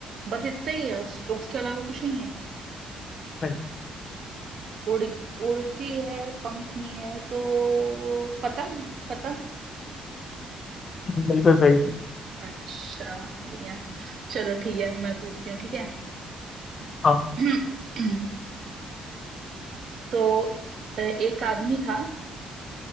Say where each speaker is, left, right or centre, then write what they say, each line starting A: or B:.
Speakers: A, on the right; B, on the left.
A: बस इतना ही है उस, उसके अलावा कुछ नहीं है
B: सही
A: उड़ उड़ती है पंख नहीं है तो पतंग पतंग
B: हम्म, बिल्कुल सही
A: अच्छा बढ़िया चलो ठीक है मैं पूछती हूँ ठीक है
B: हाँ
A: <clears throat> तो अ, एक आदमी था